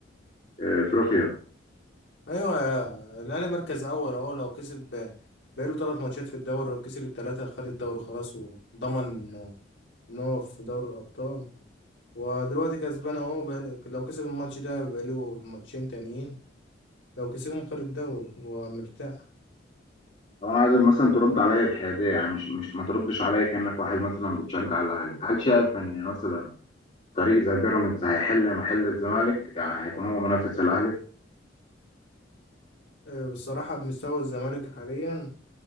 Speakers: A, on the left; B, on the left.
A: افريقيا
B: ايوه يا- الاهلي مركز اول اهو لو كسب بقاله ثلاث ماتشات في الدوري لو كسب الثلاثه خد الدوري خلاص وضمن ان هو في دوري الابطال ودلوقتي كسبان اهو بقاله- لو كسب الماتش ده بقاله ماتشين تانيين لو كسبهم خد الدوري هو مرتاح
A: طبعا عايزك مثلا ترد عليا بحياديه يعني مش مش ما تردش عليا كانك واحد مثلا بتشجع الاهلي هل شايف ان مثلا فريق زي بيراميدز هيحل محل الزمالك يعني هيكون هو منافس الاهلي
B: آه، بصراحة بمستوى الزمالك حاليا